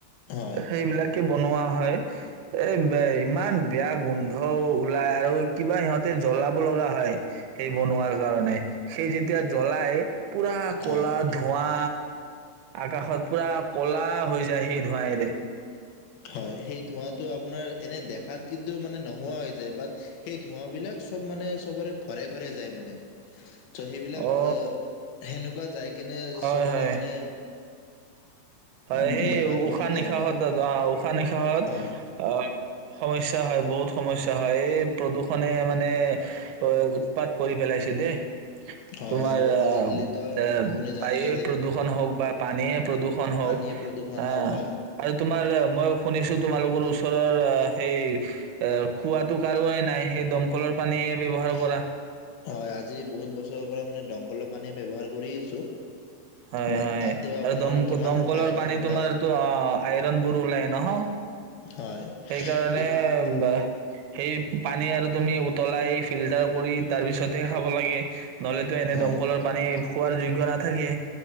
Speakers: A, on the left (about 75°); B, on the right (about 80°).
A: হয়
B: সেইবিলাকে বনোৱা হয়। এ বে ইমান বেয়া গোন্ধ ওলাই আৰু। কিবা সিহঁতে জ্বলাব লগা হয়, সেই বনোৱাৰ কাৰণে সেই যেতিয়া জ্বলাই পুৰা ক'লা
A: হয়
B: ধুৱা। আকাশ পুৰা ক'লা হৈ যায়, সেই ধোঁৱাইৰে।
A: হয়, সেই ধোঁৱাটো আপোনাৰ এনে দেখাত কিন্তু মানে নোহোৱা হৈ যায়। বাত সেই ধোঁৱাবিলাক চব মানে চবৰে ঘৰে ঘৰে যায় মানে। ত, সেইবিলাক
B: অ
A: আ সেনেকোৱা যায় কিনে
B: হয়
A: চবৰে
B: হয়
A: মানে
B: হয়,
A: উম,
B: সেই
A: বেমাৰ
B: উশাহ
A: কৰে তেনেকুৱা
B: নিশাহত অ', উশাহ নিশাহত
A: হয়
B: অ', সমস্যা হয় বহুত। সমস্যা হয়, এই প্ৰদূষণে মানে অ' উৎপাত কৰি পেলাইছে দেই।
A: হয়
B: তোমাৰ
A: আৰু
B: আহ
A: আজিকালিতো
B: আ
A: আপুনি জানে
B: বায়ুয়ে
A: যে
B: প্ৰদূষণ হওঁক বা পানীয়ে প্ৰদূষণ হওঁক।
A: পানীয়ে প্ৰদূষণ
B: হা,
A: হওক হয়
B: আৰু তোমাৰ মইও এ শুন <unintelligible> তোমালোকৰো উচ ওচৰৰ আ সেই এ, কুৱাতটো কাৰোয়ে নাই? হে দমকলৰ পানীয়ে ব্যৱহাৰ
A: হয়,
B: কৰা
A: আজি বহুত বছৰৰ পৰা মানে দমকলৰ পানী ব্যৱহাৰ কৰি আছো।
B: হয়,
A: বাট
B: হয়
A: তাতেও আপোনাৰ
B: আৰু দম-
A: কিমান
B: দমকলৰ
A: আইৰন
B: পানী
A: ওলাই
B: তোমাৰটো অ'। আইৰন বোৰ ওলাই নহ?
A: হয়
B: হেইকাৰণে
A: সেই-
B: বা সেই পানী আৰু তুমি উত উতলাই ফিল্টাৰ কৰি, তাৰ পিছতহে খাব লাগে। নহলেতো এনে
A: হয়
B: দমকলৰ পানী খো খোৱাৰ যোগ্য নাথাকে।